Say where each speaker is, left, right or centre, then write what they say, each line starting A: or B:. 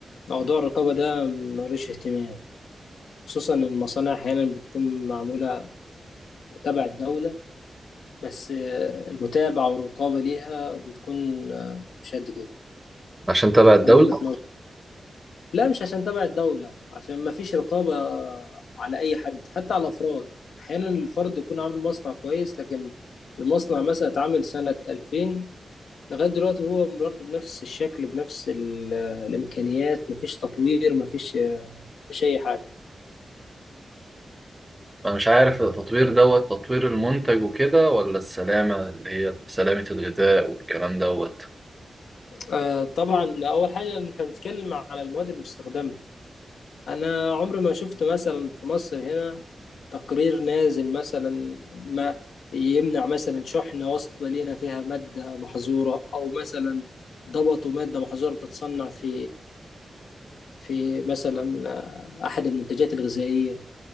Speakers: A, on the left; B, on the right.
A: موضوع الرقابة ده ملوش اهتمام خصوصا إن المصانع أحيانا بتكون معمولة تبع الدولة بس آه، المتابعة والرقابة ليها بتكون آه، مش قد كده
B: عشان تبع الدولة
A: ده من وجهة نظري لا مش عشان تبع الدولة عشان ما فيش رقابة على أي حد حتى على الأفراد أحيانا الفرد يكون عامل مصنع كويس لكن المصنع مثلا اتعمل سنة 2000 لغاية دلوقتي هو برضه بنفس الشكل بنفس ال- الإمكانيات مفيش تطوير مفيش مفيش أي حاجة
B: أنا مش عارف التطوير دوت تطوير المنتج وكده ولا السلامة اللي هي سلامة الغذاء والكلام دوت
A: آه، طبعا أول حاجة إن إحنا بنتكلم على المواد المستخدمة انا عمري ما شفت مثلا في مصر هنا تقرير نازل مثلا ما يمنع مثلا شحنة واصلة لينا فيها مادة محظورة او مثلا ضبطوا مادة محظورة بتتصنع في في مثلا آه، احد المنتجات الغذائية